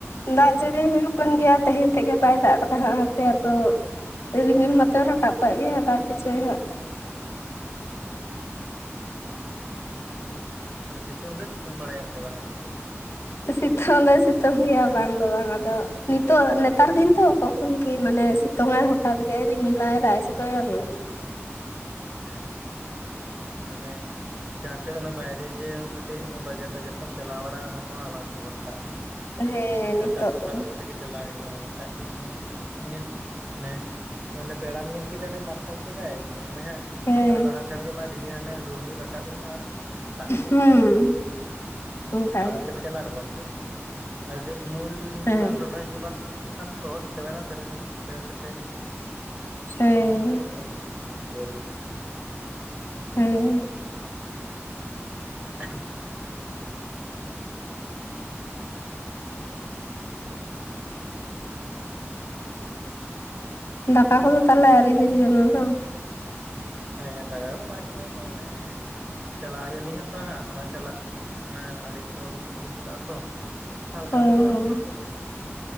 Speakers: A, on the left; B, on the right.
A: ᱫᱟᱜ ᱡᱟᱹᱲᱤ ᱦᱩᱭᱩᱜ ᱠᱟᱱ ᱜᱮᱭᱟ ᱛᱮᱦᱮᱧ ᱛᱮᱫ ᱜᱮ ᱵᱟᱭ ᱫᱟᱜ ᱠᱟᱫᱟ ᱦᱟᱸᱜ ᱦᱟᱯᱮ ᱟᱫᱚ ᱨᱤᱢᱤᱞ ᱢᱟᱛᱚᱭ ᱨᱟᱠᱟᱵ ᱠᱟᱵ ᱜᱤᱭᱟ ᱫᱟᱜ ᱜᱤᱪᱚᱭ ᱦᱟᱸᱜ
B: <inaudible> ᱦᱮᱸ ᱛᱚ ᱛᱟᱦᱚᱞᱮ ᱥᱤᱛᱩᱝ ᱫᱚ ᱥᱤᱛᱩᱝ ᱵᱟᱲᱟᱭᱮᱜ-ᱟ ᱥᱮ ᱵᱟᱝ ᱟᱯᱮ ᱥᱮᱫ ᱫᱚ?
A: ᱥᱤᱛᱷᱚᱞ ᱫᱚᱭ ᱥᱤᱛᱩᱝ ᱜᱮᱭᱟ ᱵᱟᱝ ᱫᱚ ᱵᱟᱝ ᱟᱫᱚ ᱱᱤᱛᱚᱜ ᱱᱮᱛᱟᱨ ᱫᱤᱱ ᱫᱚ ᱠᱚᱠᱷᱚᱱ ᱠᱤ ᱢᱟᱱᱮ ᱥᱤᱛ ᱫᱚᱝᱟᱭ ᱦᱚᱴᱟᱛ ᱜᱮ ᱨᱤᱢᱤᱞᱟᱭ ᱫᱟᱜ ᱮ ᱡᱚᱨᱚᱭᱟ ᱦᱩ
B: ᱦᱮᱸ ᱢᱟᱱᱮ ᱡᱟᱦᱟᱸ ᱥᱮᱫ ᱚᱱᱟ ᱵᱟᱭᱨᱮ ᱡᱮ ᱠᱟᱹᱴᱤᱡ ᱵᱟᱡᱟᱨ ᱴᱟᱡᱟᱨ ᱠᱚᱢ ᱪᱟᱞᱟᱣ ᱵᱟᱲᱟᱜ-ᱟ ᱚᱱᱟ ᱠᱚᱦᱚᱸ ᱟᱞᱚᱢ ᱵᱷᱚᱨᱥᱟᱜ-ᱟ
A: ᱦᱮᱸ
B: ᱪᱷᱟᱛᱟ
A: ᱱᱤᱛᱚᱜ
B: ᱠᱚ ᱥᱟᱵ
A: ᱦᱮᱸ
B: ᱠᱟᱛᱮ ᱜᱮ ᱪᱟᱞᱟᱣ ᱦᱩᱭᱩᱜ-ᱟ ᱵᱟᱠᱷᱟᱡ ᱫᱚ ᱢᱟᱱᱮ ᱤᱧᱟᱹᱜ ᱱᱮ ᱢᱚᱱᱮ ᱵᱮᱲᱟᱢ ᱧᱮᱞ ᱠᱮᱫᱮᱭᱟ ᱚᱱᱟ ᱢᱟᱨᱥᱟᱞ ᱠᱮᱫᱟᱭ ᱧᱮᱞ ᱢᱮ ᱦᱟᱜ
A: ᱦᱮᱸ
B: ᱦᱟᱛᱨᱟ ᱰᱟᱦᱟᱨ ᱠᱷᱟᱱᱜᱮ ᱢᱟ ᱨᱤᱢᱤᱞ ᱦᱟᱱᱮ ᱨᱩᱨ ᱦᱩᱨ ᱨᱟᱠᱟᱵ ᱮᱱᱟ ᱟᱨ ᱫᱟᱜ
A: ᱦᱩᱸ ᱚᱱᱠᱟᱜᱮ
B: ᱢᱟᱱᱮ ᱚᱠᱟ ᱥᱮᱫ ᱪᱟᱞᱟᱜᱼᱟ ᱟᱨ ᱵᱟᱢ ᱪᱟᱞᱟᱜᱼᱟ ᱟᱨ ᱩᱢᱩᱞ
A: ᱦᱮᱸ
B: ᱟᱱ ᱴᱚᱴᱷᱟ ᱡᱩᱫᱤ ᱵᱟᱝ ᱠᱷᱟᱱ ᱞᱚᱦᱚᱫ ᱪᱟᱵᱟᱭᱮᱱᱟᱛᱮ ᱦ
A: ᱦᱮᱸ
B: <unintelligible> ᱩᱱ ᱨᱮ ᱟᱫᱚ
A: ᱦᱮᱸ
B: <inaudible> ᱦᱮᱸ <inaudible>
A: ᱫᱟᱠᱟ ᱠᱚᱫᱚ ᱛᱟᱦᱚᱞᱮ ᱟᱹᱣᱨᱤᱵᱤᱱ ᱡᱚᱢᱟ ᱵᱟᱝ
B: ᱦᱮᱸ ᱫᱟᱠᱟ ᱠᱩᱫᱚ ᱵᱟᱝ ᱡᱚᱢ ᱦᱩᱭ ᱠᱟᱱᱟ ᱱᱮᱜ-ᱮ ᱪᱟᱞᱟᱜ ᱦᱩᱭᱩᱜ ᱞᱤᱧ ᱦᱟᱜ ᱛᱟᱦᱟᱸᱜ ᱚᱱᱟ ᱪᱟᱞᱟᱜ ᱚᱱᱟ ᱟᱲᱤ ᱛᱚᱞ ᱦᱟᱸᱜ ᱞᱤᱧ ᱪᱟᱞᱟᱜ-ᱟ ᱛᱚ, ᱦᱟᱞᱠᱟ
A: ᱚ
B: ᱫᱩᱞᱱᱚᱜ
A: ᱦᱚᱸ